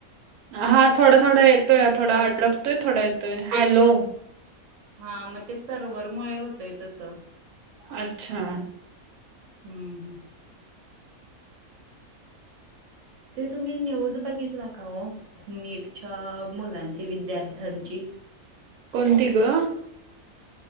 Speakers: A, on the right; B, on the right.
A: हा थोडा थोडा येतोया थोडा
B: हॅलो
A: अडकतोय थोडा येतोय हॅलो
B: हा मते सर्वर मुळे होतय तसं
A: अच्छा
B: ह्म्म हम्म ते तुम्ही न्यूज बघितला काओ नीटच्या मुलांची विद्यार्थ्यांची
A: कोणती ग